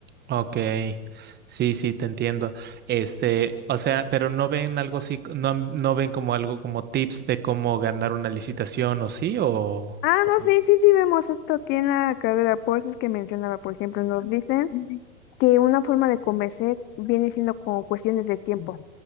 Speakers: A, on the right (about 25°); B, on the left (about 25°).
A: ok. Sí, sí, te entiendo. Este, o sea, pero no ven algo así, no, no ven como algo como tips de cómo ganar una licitación, ¿o sí? ¿O,
B: Ah,
A: o
B: no,
A: no?
B: sí, sí, sí, vemos esto aquí en la carrera. Por eso es que mencionaba, por ejemplo, nos dicen que una forma de convencer viene siendo con cuestiones de tiempo.